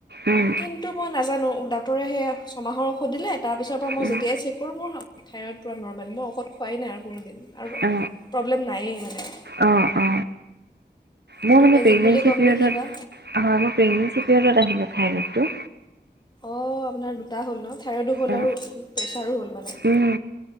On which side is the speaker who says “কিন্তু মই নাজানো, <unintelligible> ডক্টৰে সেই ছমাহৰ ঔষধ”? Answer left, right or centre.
Left